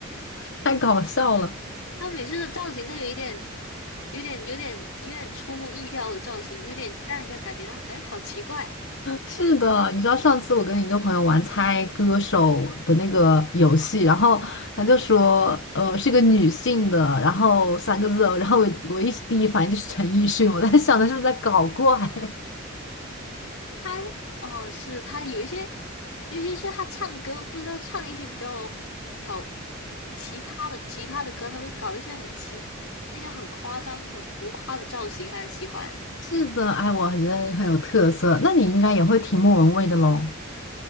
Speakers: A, on the left; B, on the left.
A: 太搞笑了。
B: 他每次的造型都有一点、有点、有点、有点出乎意料的造型，有点让人家感觉到，哎，好奇怪。
A: 是的，你知道上次我跟一个朋友玩猜歌手的那个游戏，然后他就说，呃，是个女性的，然后三个字哦然后我我一第一反应就是陈奕迅，我在想他是不是在搞怪？<laughs>
B: 他哦，是他有一些，尤其是他唱歌，不知道唱一些比较搞奇葩的奇葩的歌，他会搞一些很奇，一些很夸张、很浮夸的造型，他很喜欢。
A: 是的，哎，我觉得还是很有特色。那你应该也会听莫文蔚的喽。